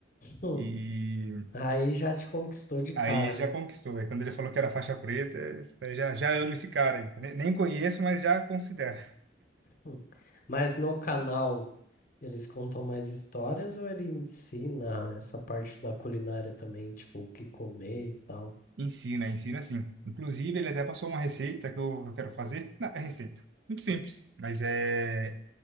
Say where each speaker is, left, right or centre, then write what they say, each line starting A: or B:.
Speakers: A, on the left (about 45°); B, on the right (about 60°).
A: Hum.
B: E
A: Aí já te conquistou de
B: aí
A: cara,
B: já
A: né?
B: conquistou. Aí quando ele falou que era faixa preta, eu falei, já, já amo esse cara aí. Ne- Nem conheço, mas já considero.
A: Hum. Mas no canal eles contam mais histórias ou ele ensina essa parte da culinária também, tipo, o que comer e tal?
B: Ensina, ensina sim. Inclusive, ele até passou uma receita que eu, eu quero fazer. Não, é receita. Muito simples, mas é